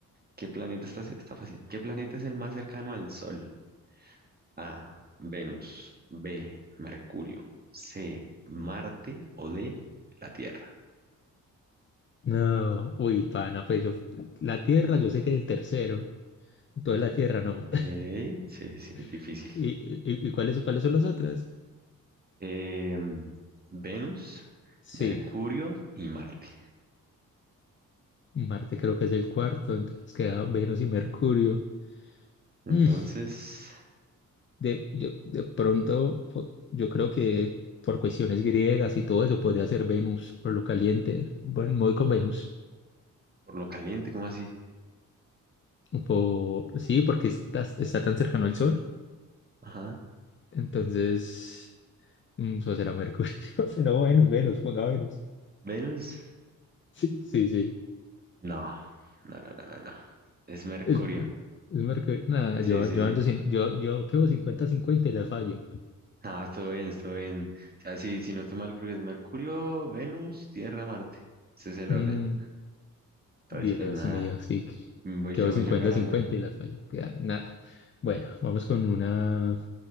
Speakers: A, on the right; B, on the left.
A: ¿Qué planeta está, está fácil? ¿Qué planeta es el más cercano al Sol? A. Venus. B. Mercurio. C. Marte. O D. La Tierra.
B: No, uy, pana, pues yo, la Tierra, yo sé que es el tercero, entonces la Tierra no.
A: Ey, sí, sí, difícil.
B: <laughs> ¿Y, y, y cuáles, cuáles son las otras?
A: Em, Venus,
B: Sí,
A: Mercurio y Marte.
B: Marte creo que es el cuarto, entonces queda Venus y Mercurio.
A: Entonces,
B: Mm, De, yo- de pronto, po- yo creo que por cuestiones griegas y todo eso podría ser Venus, por lo caliente. Bueno, me voy con Venus.
A: por lo caliente, ¿cómo así?
B: por sí, porque está, está tan cercano al Sol.
A: Ajá.
B: Entonces, mm, eso será Mercurio. <laughs> Si no, Venus, Venus, ponga Venus.
A: Venus.
B: Sí, sí, sí.
A: No, no, no, no, no, no. Es Mercurio.
B: Es, es Mercurio. Nada, yo,
A: Sí, sí,
B: yo
A: sí.
B: ando sin, yo, yo quedo cincuenta cincuenta y la fallo.
A: Ah, estuvo bien, estuvo bien. O sea, sí, si no estoy mal, creo que es Mercurio, Venus, Tierra, Marte. Ese es el
B: Mm,
A: orden. Entonces,
B: Dios
A: pues nada,
B: mío, sí. que-
A: voy
B: Quedó
A: yo, voy
B: cincuenta
A: yo ganando.
B: cincuenta y la fallo. Queda nada. Bueno, vamos con una.